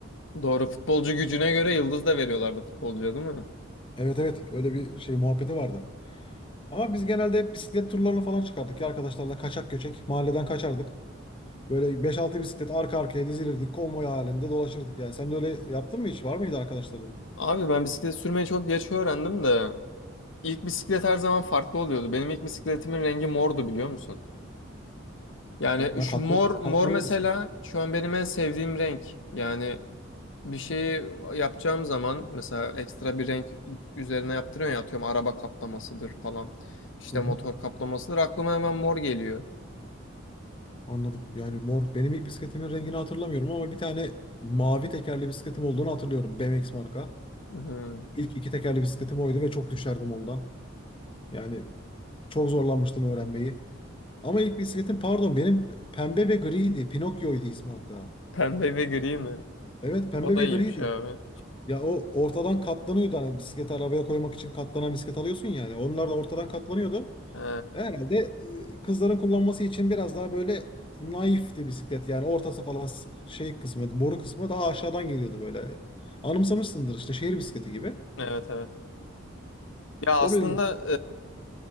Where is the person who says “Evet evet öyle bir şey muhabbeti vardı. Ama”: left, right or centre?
Left